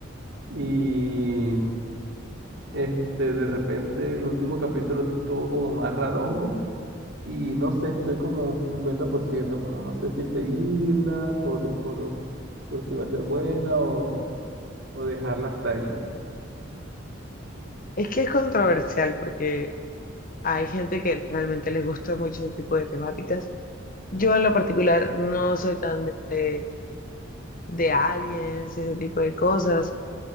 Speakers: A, on the right; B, on the left.
A: y este, de repente el último capítulo sí estuvo como más rarongo y no sé, estoy como 50%, como no sé si seguirla por, por, por si va a ser buena o, o dejarla hasta ahí.
B: Es que es controversial porque hay gente que realmente les gusta mucho ese tipo de temáticas. Yo en lo particular no soy tan de, de, de aliens, ese tipo de cosas.